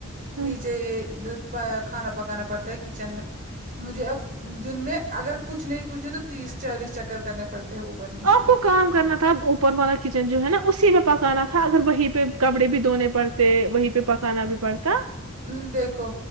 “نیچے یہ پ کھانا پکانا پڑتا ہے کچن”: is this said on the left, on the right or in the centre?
Right